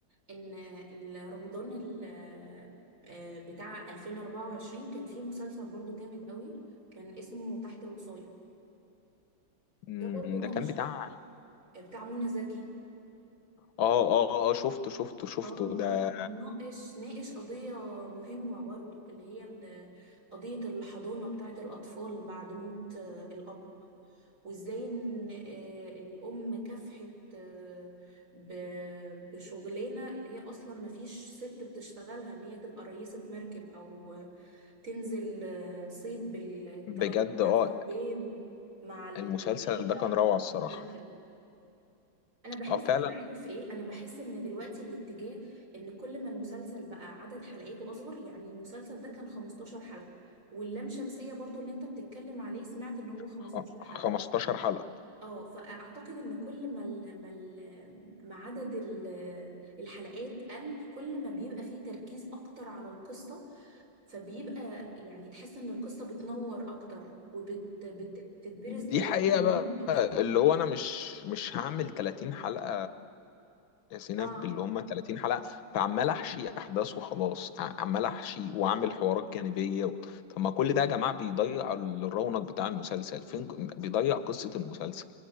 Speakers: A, on the right (about 40°); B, on the left (about 85°).
A: ان ال- رمضان ال- آه، بتاع 2024 كان فيه مسلسل برضو جامد قوي كان اسمه تحت الوصاية
B: مم،
A: ده برضو ناقش
B: ده كان بتاع
A: بتاع منى زكي
B: اه اه اه شفته شفته شفته
A: اه
B: ده
A: ناقش ناقش قضية مهمة برضو اللي هي ال- قضية الحضانة بتاعت الأطفال بعد موت آه، الأب وإزاي إن آه، الأم كافحت آه، ب- بشغلانة اللي هي أصلا مفيش ست بتشتغلها إن هي تبقى رئيسة مركب أو تنزل آه، صيد بالثلاث
B: بجد
A: أربع
B: اه
A: أيام مع الرجالة
B: المسلسل ده كان
A: على
B: روعة الصراحة
A: المركب أنا بحس
B: اه فعلا
A: إن عارف إيه أنا بحس إن دلوقتي الاتجاه إن كل ما المسلسل بقى عدد حلقاته أصغر يعني المسلسل ده كان 15 حلقة واللام شمسية برضو اللي أنت بتتكلم عليه سمعت إن هو 15
B: خ- 15
A: حلقة
B: حلقة
A: اه فاعتقد ان كل ما ال ما ال ما عدد ال- الحلقات قل كل ما بيبقى فيه تركيز اكتر على القصة فبيبقى يعني تحس ان القصة بتنور اكتر وبتتبرز
B: دي
A: للجمهور
B: حقيقة بقى
A: اكتر
B: اللي هو انا مش مش هعمل 30 حلقة يا سينا
A: اه
B: باللي هم 30 حلقة فعمال احشي احداث وخلاص ع- عمال احشي واعمل حوارات جانبية و... طب ما كل ده يا جماعة بيضيع ال- الرونق بتاع المسلسل فين بيضيع قصة المسلسل